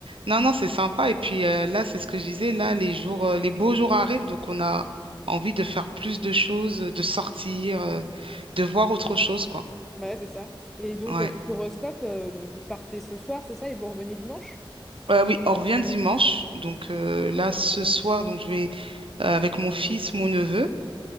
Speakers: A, on the right; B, in the centre.
A: Non, non, c'est sympa. Et puis euh, là, c'est ce que je disais, là, les jours, euh, les beaux jours arrivent, donc on a envie de faire plus de choses, euh, de sortir, euh, de voir autre chose, quoi.
B: Bah ouais, c'est ça. Et donc,
A: Ouais.
B: euh, Futuroscope, euh, donc vous partez ce soir, c'est ça, et vous revenez dimanche?
A: Euh, oui, on revient dimanche. Donc euh, là, ce soir, donc je vais euh, avec mon fils, mon neveu.